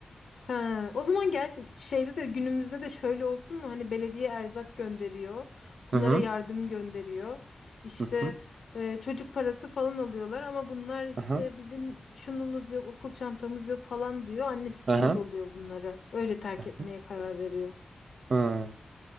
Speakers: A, on the left; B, on the right.
A: Ha, o zaman gerçi şeyde de günümüzde de şöyle olsun mu? Hani belediye erzak gönderiyor.
B: Hı
A: Bunlara
B: hı.
A: yardım gönderiyor. İşte
B: Hı hı.
A: e, çocuk parası falan alıyorlar ama bunlar işte
B: Hı hı.
A: bizim şunumuz yok, okul çantamız yok falan diyor. Annesi
B: Hı
A: sinir
B: hı.
A: oluyor bunlara. Öyle terk
B: hı
A: etmeye
B: hı.
A: karar veriyor.
B: Hı.